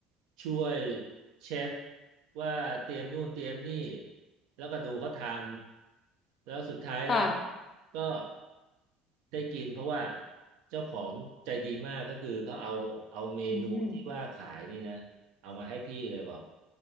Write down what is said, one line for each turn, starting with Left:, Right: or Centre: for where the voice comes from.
Right: ช่วยเชฟว่าเตรียมนู่นเตรียมนี่แล้วก็ดูเขาทำแล้วสุดท้ายแล้ว
Left: <laughs> ค่ะ
Right: ก็ได้กินเพราะว่าเจ้าของใจดีมากก็คือเขาเอาเอาเมนูที่ว่าขายนี่นะเอามาให้พี่เลยบอก
Left: อืม